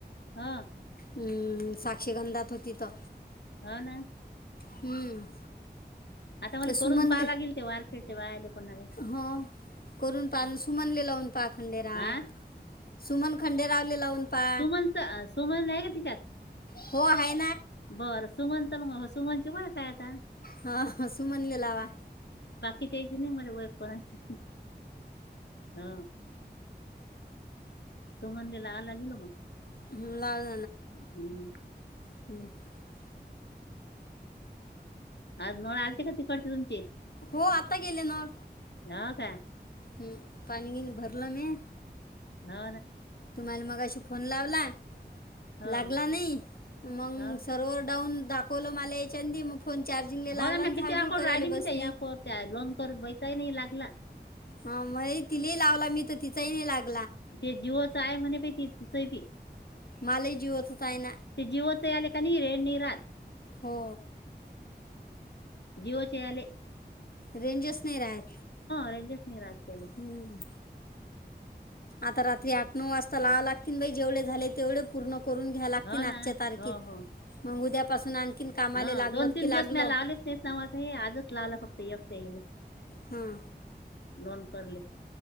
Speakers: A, on the left; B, on the left.
A: हा
B: अम् साक्षीगंधात होती तर.
A: हा ना.
B: हम्म
A: आता मला
B: ते सुमनले
A: करून पाहायला गेल ते वारखेडचे बाले पण.
B: हो करून पा सुमनले लावून पाखंडेराव.
A: हा
B: सुमन खंडे रावले लावून. पा
A: सुमनच सुमन आहे का तिच्यात.
B: हो हाये.
A: बरं सुमन तर म हो सुमन ची ओळख हाय आता.
B: हा हा सुमनले आवा.
A: तिच्याशी नाही मले ओळख <unintelligible> हा समनले लावा ले गेलो म.
B: <unintelligible>
A: हम्म
B: <unintelligible>
A: आज नळ आलते का तिकडचे तुमचे.
B: हो आता गेले नळ.
A: हा काय.
B: हम् पाणी बीनी भरलने.
A: ह ना
B: तुम्हाला मगाशी फोन लावला
A: हो
B: लागला नाही मंग
A: हो
B: सर्वर डाऊन दाखवलं मला याच्यांदी मग फोन चार्जिंगला लावला
A: हो ना
B: आणि
A: मी किती
B: झाडझूड
A: वेळा करू
B: करायला
A: राहिली मी
B: बसली
A: त्या या कोन त्या लोंनकर बैचाही नाही लागला.
B: हा मइ तिलेही लावला मी तर तिचाही नाही लाग
A: ते जिओच आहे म्हणे बई तिच बी.
B: मालेही जिओचच आहे ना.
A: ते जिओच याले क नइ रेंज नाही राहात.
B: हो.
A: जिओचे याले.
B: रेंजच नाही राहत
A: रेंजच नाही राहत त्याले
B: हम. आता रात्री आठ नऊ वाजता लावा लागतील बाई जेवढे झाले तेवढे पूर्ण
A: <inaudible>
B: करून घ्या लागतीन
A: हो
B: आजच्या
A: ना
B: तारखेत
A: हो हो.
B: मग उद्यापासून आणखीन कामाला
A: हा
B: लागलो
A: दोन तीन
B: की लागलो
A: दिवस म्या लावलेच नाहीत ना हो आता हे आजच लावला फक्त एक
B: हां
A: <inaudible> लोन करले.